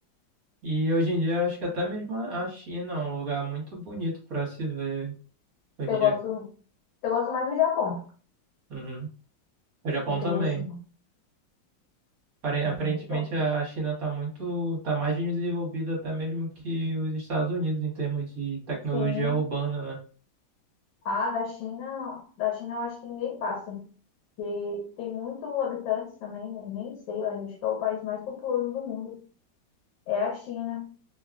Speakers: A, on the right (about 50°); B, on the left (about 75°).
A: E hoje em dia acho que até mesmo a China é um lugar muito bonito para se ver. Hoje
B: Eu
A: em dia,
B: gosto, eu gosto mais do Japão
A: Uhum. O Japão
B: do que
A: também.
B: da China.
A: Pare-
B: É
A: Aparentemente
B: muito top.
A: a China está muito, tá mais desenvolvida até mesmo que os Estados Unidos em termos de tecnologia
B: Sim.
A: urbana, né?
B: Ah, da China, da China eu acho que ninguém passa. Porque tem muito habitantes também, né? Nem sei, eu acho que é o país mais populoso do mundo. é a China.